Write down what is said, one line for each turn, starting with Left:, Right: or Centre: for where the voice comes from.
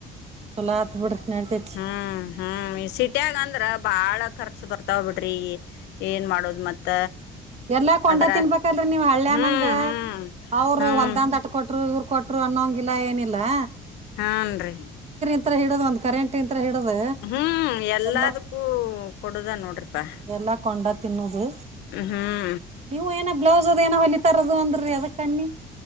Right: ಚಲೋ ಆತ್ ಬಿಡ್ರಿ ನಡ್ತೇತಿ
Left: ಹ್ಮ್ ಹ್ಮ್ ಸಿಟಿಯಾಗ ಅಂದ್ರ ಬಾಳ ಖರ್ಚು ಬರ್ತಾವ್ ಬಿಡ್ರಿ ಏನ್ ಮಾಡೋದು ಮತ್ತ
Right: ಎರ್ಲ್ಲಾ ಕೊಂಡ
Left: ಅದ್ರಾಗ
Right: ತಿನ್ಬೇಕಲ್ೀ ನೀವ್ ಹಳ್ಳ್ಯನಂಗ
Left: ಹ್ಮ್ ಹ್ಮ್
Right: ಅವ್ರರು
Left: ಹ್ಮ್
Right: ಹೊಲ್ದನ್ ತಟ್ಕೊಟ್ಟ ಕೊಟ್ಟರು ಇವ್ರು ಕೊಟ್ಟರು ಅನ್ನೊಂಗ ಇಿಲ್ಲ ಏನಿಲ್ಲಾ
Left: ಹಾನ್ರಿ
Right: ಹಿಡದ ಒಂದು ಕರೆಂಟ್ ಇಂತ್ರ ಹಿಡುದ್
Left: ಹ್ಮ್ ಎಲ್ಲದಕ್ಕೂ
Right: ಎಲ್ಲಾ
Left: ಕೊಡುದ ನೋಡ್ರಿಪಾ
Right: ಎಲ್ಲಾ ಕೊಂಡ ತಿನ್ನೋದು
Left: ಹ್ಮ
Right: ನೀವು ಏನೋ ಬ್ಲೌಸ್ ಅದ ಏನೋ ಹೊಲಿತಾರದು ಅಂದ್ರಿ ಅದ ಕಣ್ಣಿ